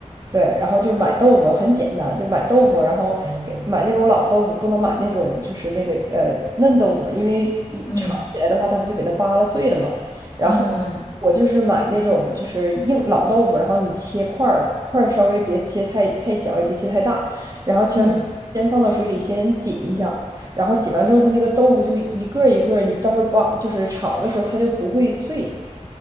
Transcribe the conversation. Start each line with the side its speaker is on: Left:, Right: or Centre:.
Right: 对，然后就是买豆腐很简单，就买豆腐，然后给买那种老豆腐，不能买那种就是那个呃嫩豆腐嘛，因为一炒起来的话，
Left: 嗯
Right: 它不就给它扒拉碎了嘛。然后
Left: 嗯嗯
Right: 我就是买那种就是硬老豆腐，然后你切块儿，块儿稍微别切太太小，也别切太大，然后切完之后先放到水里先紧一下，
Left: 嗯
Right: 然后紧完之后，它那个豆腐就一个儿一个儿你到时候扒就是炒的时候它就不会碎。